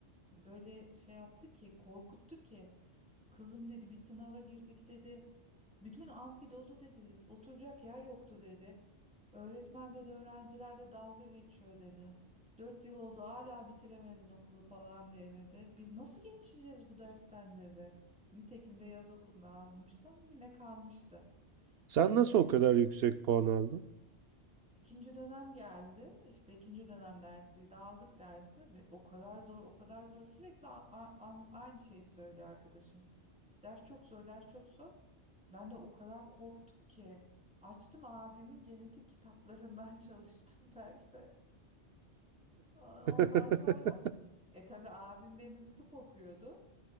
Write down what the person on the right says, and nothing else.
Sen
nasıl o
kadar yüksek puan aldın?
<laughs>